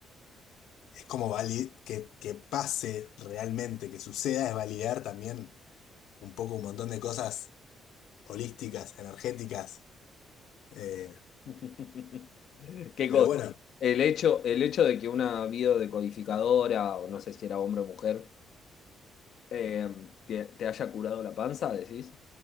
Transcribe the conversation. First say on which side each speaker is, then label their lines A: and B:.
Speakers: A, on the left (about 80°); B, on the left (about 65°).
A: es como vali- que, que pase realmente, que suceda, es validar también un poco un montón de cosas holísticas, energéticas. eh,
B: <laughs> ¿Qué
A: pero
B: cosa?
A: bueno,
B: El hecho, el hecho de que una biodecodificadora, o no sé si era hombre o mujer, eh, te, te haya curado la panza, decís,